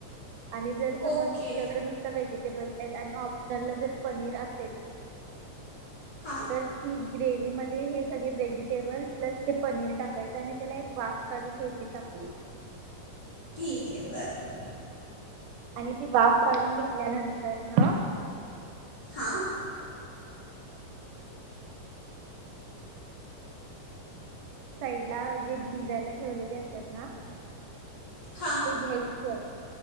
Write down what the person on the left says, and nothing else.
ओके
हां
ठीक आहे बरं
हां
हां